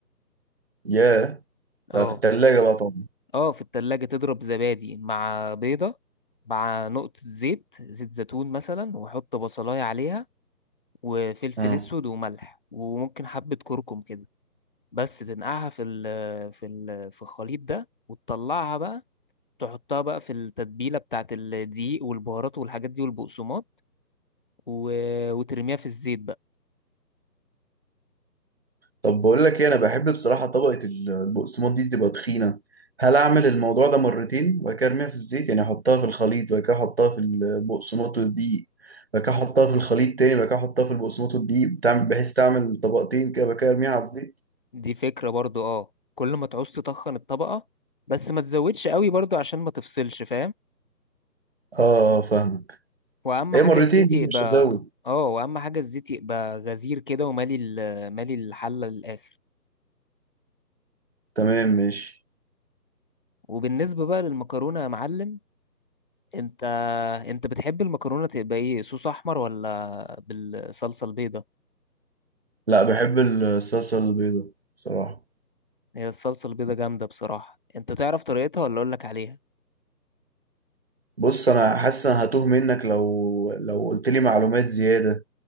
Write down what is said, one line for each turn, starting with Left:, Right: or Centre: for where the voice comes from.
Right: ياه
Left: اه
Right: ده في التلاجة بقى طبعا
Left: اه في التلاجة تضرب زبادي مع بيضه مع نقطه زيت زيت زيتون مثلا وحط بصلايه عليها وفلفل
Right: اه
Left: اسود وملح وممكن حبه كركم كده بس تنقعها في ال في ال في الخليط ده وتطلعها بقى تحطها بقى في التتبيله بتاعت الدقيق والبهارات والحاجات دي والبقسماط و... وترميها في الزيت بقى
Right: طب بقول لك ايه انا بحب بصراحة طبقة ال- البقسماط دي تبقى تخينة هل اعمل الموضوع ده مرتين وبعد كده ارميها في الزيت يعني احطها في الخليط وبعد كده احطها في البقسماط والدقيق وبعد كده احطها في الخليط تاني وبعد كده احطها في البقسماط والدقيق بتعمل بحيث تعمل طبقتين كده وبعد كده ارميها على الزيت
Left: دي فكرة برضو اه كل ما تعوز تطخن الطبقة بس ما تزودش قوي برضو عشان ما تفصلش فاهم
Right: اه فاهمك
Left: واهم
Right: ايه
Left: حاجة
Right: مرتين
Left: الزيت يبقى
Right: مش هزود
Left: اه واهم حاجة الزيت يبقى غزير كده ومالي ال- مالي الحلة للآخر
Right: تمام ماشي
Left: وبالنسبة بقى للمكرونة يا معلم انت انت بتحب المكرونة تبقى ايه صوص احمر ولا بالصلصة البيضة
Right: لا بحب الصلصة البيضاء بصراحة
Left: هي الصلصة البيضة جامدة بصراحة انت تعرف طريقتها ولا اقولك عليها
Right: بص انا حاسس انا هتوه منك لو لو قلت لي معلومات زيادة